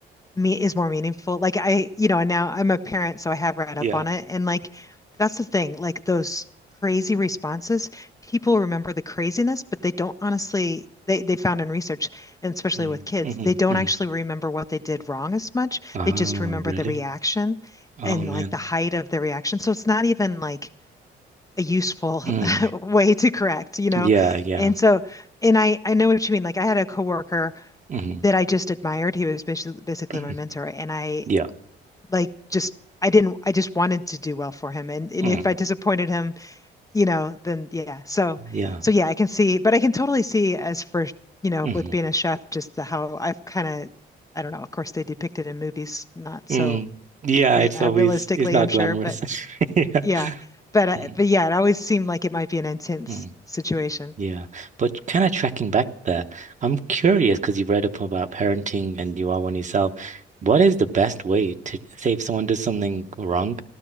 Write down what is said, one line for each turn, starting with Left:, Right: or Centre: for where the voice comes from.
Left: me is more meaningful. Like I, you know, and now I'm a parent, so I have read
Right: Yeah.
Left: up on it. And like that's the thing, like those crazy responses, people remember the craziness, but they don't honestly they they found in research, and especially
Right: Mm,
Left: with kids,
Right: mhm,
Left: they don't
Right: mhm.
Left: actually remember what they did wrong as much.
Right: Oh,
Left: They just remember
Right: really?
Left: the reaction
Right: Oh,
Left: and
Right: man.
Left: like the height of the reaction. So it's not even like a useful
Right: Mm,
Left: <laughs> way to correct, you know?
Right: yeah, yeah.
Left: And so, and I I know what you mean. Like I had a coworker
Right: mhm,
Left: that I just admired. He was basically basically
Right: <clears throat>
Left: my mentor, and I
Right: Yeah.
Left: like just I didn't I just wanted to do well for him, and and
Right: mm,
Left: if I disappointed him, you know, then yeah. So
Right: yeah.
Left: so yeah, I can see, but I can totally see as for you know
Right: mhm,
Left: with being a chef, just the how I've kind of I don't know. Of course, they depict it in movies, not so
Right: mm. Yeah,
Left: re
Right: it's
Left: uh,
Right: always,
Left: realistically,
Right: it's not
Left: I'm sure,
Right: glamorous.
Left: but
Right: <laughs> Yeah.
Left: yeah, but uh,
Right: Mm,
Left: but yeah, it always seemed like it might be an intense
Right: mm.
Left: situation.
Right: Yeah, but kind of tracking back there, I'm curious because you read up about parenting and you are one yourself. What is the best way to say if someone does something wrong?